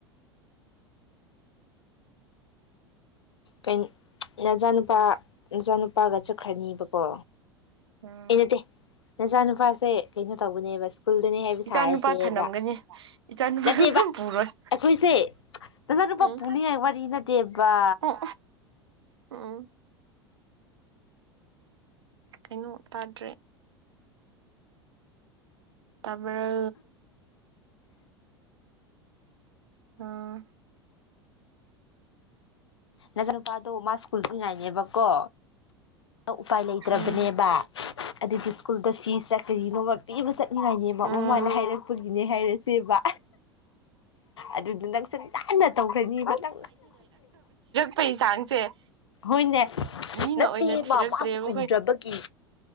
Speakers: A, on the left; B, on the right.
A: ꯀꯟ ꯅꯆꯥꯅꯨꯄꯥ ꯅꯆꯥ ꯅꯨꯨꯄꯥꯒ ꯆꯠꯈ꯭ꯔꯅꯤꯕꯀꯣ
B: ꯎꯝ
A: ꯑꯩ ꯅꯠꯇꯦ ꯅꯆꯥꯅꯨꯄꯥꯁꯦ ꯀꯩꯅꯣ ꯇꯧꯧꯕꯅꯦꯕ ꯁ꯭ꯀꯨꯜꯗꯅꯦ ꯍꯥꯏꯕ
B: ꯏꯆꯥꯅꯨꯄꯥ
A: ꯁꯥꯔꯤꯁꯦꯕ
B: ꯊꯅꯝꯒꯅꯤ ꯏꯆꯥꯅꯨꯄꯥꯁꯨ
A: ꯅꯠꯇꯦꯕ
B: ꯅꯪ ꯄꯨꯔꯣꯏ
A: ꯑꯩꯈꯣꯏꯁꯦ ꯅꯆꯥꯅꯨꯄꯥ
B: ꯎꯝ
A: ꯄꯨꯅꯤꯡꯉꯥꯏ ꯋꯥꯔꯤꯗꯤ ꯅꯠꯇꯦꯕ ꯋꯥ
B: ꯑꯣ ꯎꯝ ꯀꯩꯅꯣ ꯇꯥꯗ꯭ꯔꯦ ꯇꯥꯃꯔ ꯑꯥ
A: ꯅꯖꯔ ꯅꯨꯄꯥꯗꯣ ꯃꯥ ꯁ꯭ꯀꯨꯜꯗ ꯏ ꯉꯥꯏꯅꯦꯕꯀꯣ ꯎꯄꯥꯏ ꯂꯩꯇ꯭ꯔꯕꯅꯦꯕ
B: ꯎꯝ
A: ꯑꯗꯨꯗꯤ ꯁ꯭ꯀꯨꯜꯗ ꯐꯤꯁꯇ ꯀꯔꯤꯅꯣꯃ ꯄꯤꯕ ꯆꯠꯅꯤꯡꯉꯥꯏꯅꯦꯕ ꯃꯃꯥꯅ
B: ꯎꯝ
A: ꯍꯥꯏꯔꯛꯄꯒꯤꯅꯦ ꯍꯥꯏꯔꯁꯦꯕ ꯑꯗꯨꯗ ꯅꯪ ꯆꯟ ꯍꯟꯅ ꯇꯧꯈ꯭ꯔꯅꯤꯕꯈ꯭ꯔ
B: ꯄꯩ ꯆꯥꯡꯁꯦ
A: ꯍꯣꯏꯅꯦ
B: ꯃꯤꯅ
A: ꯅꯠꯇꯦ
B: ꯑꯣꯏꯅ ꯊꯤꯔꯛꯇ꯭ꯔꯦꯕ
A: ꯃꯥ ꯃꯥꯁꯨ ꯎꯗ꯭ꯔꯕꯒꯤ